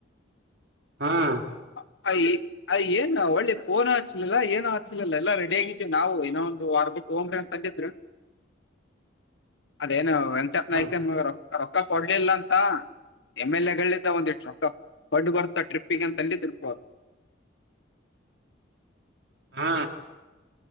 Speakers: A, on the right; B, on the left.
A: ಹಾ ಹಾ
B: <inaudible> ಅ ಏನ್ ಒಳ್ಳೆ ಫೋನು ಹಚ್ಚಿಲ್ಲ ಏನು ಹಚ್ಚಿಲಿಲ್ಲ ಎಲ್ಲಾ ರೆಡಿ ಆಗಿದೇವಿ ನಾವು ಇನ್ನೊ ಒಂದು ವರ್ಬಟ್ಟ ್ರ ಅಂತ ಅಂತಿದರು ಅದೇನು ಎಂತಪ್ಪನಐ್ತನ್
A: ಹಾ
B: ಮಗರು <unintelligible> ರೊಕ್ಕ ಕೊಡ್ಲಿಲ್ಲ ಅಂತ ಎಮ್ ಎಲ್ ಎ ಗಳ ಒಂದಿಷ್ಟು ರೊಕ್ಕ ಫಡ್ ಬರ್ತ ಟ್ರಿಪ್ಪಿಗೆ ಅಂತಂದಿದ್ದ ತಿರ್ಪ
A: ಹಾ